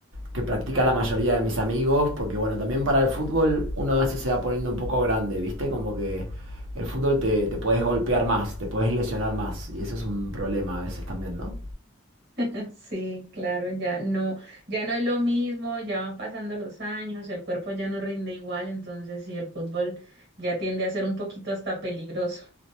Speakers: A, on the right; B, on the right.
A: que practica la mayoría de mis amigos, porque bueno, también para el fútbol uno a veces se va poniendo un poco grande, ¿viste? Como que el fútbol te, te puedes golpear más, te puedes lesionar más, y eso es un problema a veces también, ¿no?
B: <laughs> Sí, claro, ya no, ya no es lo mismo, ya van pasando los años, el cuerpo ya no rinde igual, entonces sí, el fútbol ya tiende a ser un poquito hasta peligroso.